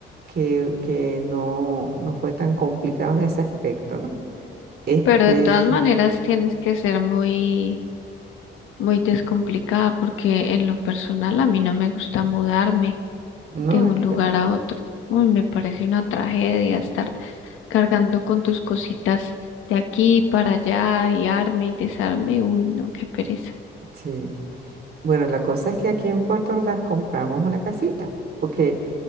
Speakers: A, on the right (about 55°); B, on the left (about 85°).
A: que, que no, no fue tan complicado en ese aspecto, ¿no? Este,
B: pero de todas maneras tienes que ser muy, muy descomplicada porque en lo personal a mí no me gusta mudarme
A: no,
B: de un
A: en
B: lugar
A: serio,
B: a otro. Uy, me parece una tragedia estar cargando con tus cositas de aquí para allá y arme y desarme. Uy, no, qué pereza.
A: Sí. Bueno, la cosa es que aquí en Puerto Ordaz compramos una casita, porque,